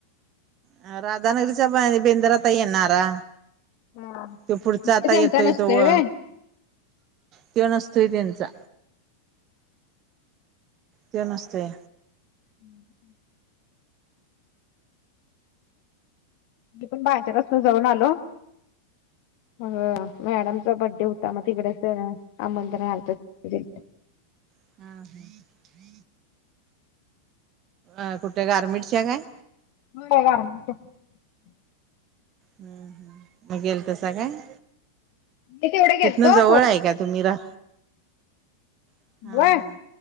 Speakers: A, on the right; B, on the left.
A: अं राधानगरीच्या बेंदर आता येणारा.
B: हा
A: त्यो पुढचा
B: ते
A: आता
B: त्यांचा
A: येतोय
B: नसतोय
A: तो व.
B: व्हय मी
A: त्यो नसतोय त्यांचा. त्यो नसतोय.
B: <unintelligible> मी पण <unintelligible> पासून जाऊन आलो. अ मॅडमचा बड्डे होता, मग तिकडेच आमंत्रण आलतं म्हणजे
A: हां. अ कुठं गारमेंटच्या काय?
B: होय गारमेंटच्या.
A: हं मग गेलतंस काय?
B: मी तेवढे गेलतो
A: तिथनं जवळ
B: <unintelligible>
A: आहे का तुम्ही रा हा
B: होय
A: हा